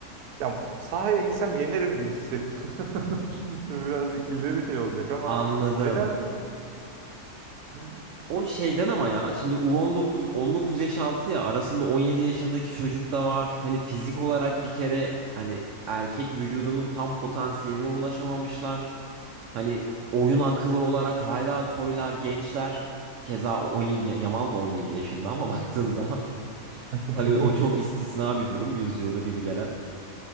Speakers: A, on the right; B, on the right.
A: ya sahaya insem yenerim gibi hissettim. <laughs> Şimdi birazcık ileri şey olacak ama
B: Anladım.
A: nedense Hı.
B: O şeyden ama ya şimdi U19 19 yaş altı ya arasında 17 yaşındaki çocuk da var. Hani fizik olarak bir kere hani erkek vücudunun tam potansiyeline ulaşamamışlar. Hani oyun akıllı olarak hala toylar gençler. Keza 17 ya- Yamal da 17 yaşında ama <laughs> baktığın zaman <laughs>
A: <laughs>
B: tabii o çok istisna bir durum yüzyılda bir gelen.